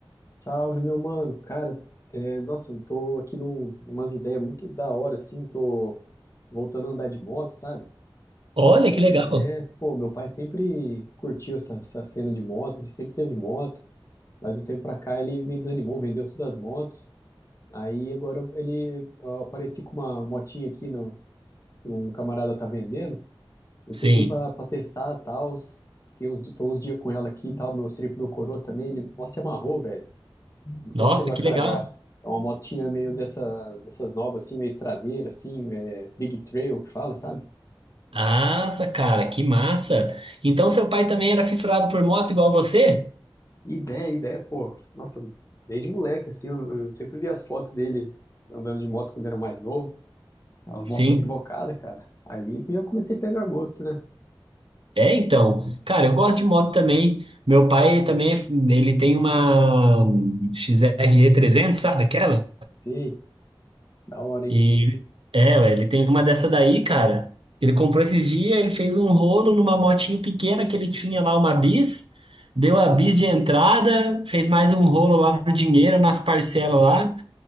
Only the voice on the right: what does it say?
Olha
que legal.
Sim.
Nossa,
que
legal.
Nossa, cara, que massa. Então seu pai também era fissurado por moto igual você?
Sim.
É, então. Cara, eu gosto de moto também. Meu pai também, ele tem uma XRE 300, sabe aquela?
E é, ué, ele tem uma dessa daí, cara. Ele comprou esses dias, ele fez um rolo numa motinho pequena que ele tinha lá, uma bis, deu a bis de entrada, fez mais um rolo lá no dinheiro, nas parcelas lá.